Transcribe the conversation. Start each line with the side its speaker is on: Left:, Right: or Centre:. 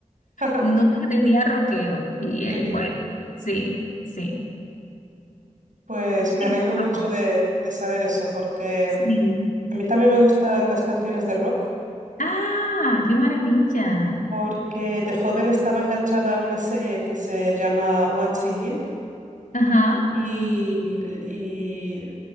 Right: <laughs>
Left: un novio que tenía rockero y él,
Right: Qué bien.
Left: bueno, sí. Sí.
Right: Pues me
Left: Eso,
Right: alegro mucho de, de saber eso, porque
Left: Sí.
Right: mm, a mí también me gustan las canciones de rock,
Left: Ah, qué maravilla.
Right: porque de joven estaba enganchada a una serie que se llama One Tree Hill
Left: Ajá,
Right: y, y